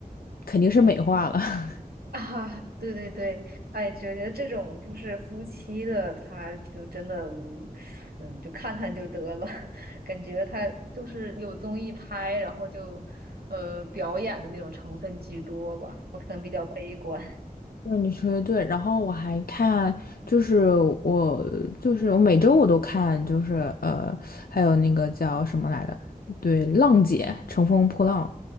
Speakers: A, on the left (about 75°); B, on the right (about 85°).
A: 肯定是美化了。<laughs>
B: <laughs> 啊，对对对，哎，觉得这种就是夫妻的，他就真的，嗯，嗯就看看就得了，<laughs> 感觉他就是有综艺拍，然后就，呃，表演的那种成分居多吧，我可能比较悲观。
A: 对，你说的对。然后我还看，就是我就是我每周我都看，就是呃，还有那个叫什么来的，对，浪姐乘风破浪